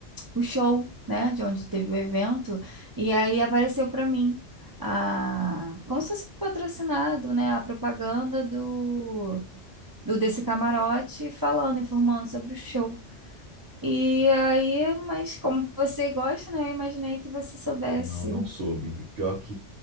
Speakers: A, on the right (about 35°); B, on the right (about 75°).
A: o show, né, de onde teve o evento, e aí apareceu para mim, a, como se fosse patrocinado, né, a propaganda do, do desse camarote falando, informando sobre o show. E aí, mas como você gosta, né, eu imaginei que você soubesse.
B: Não, não soube. O pior é que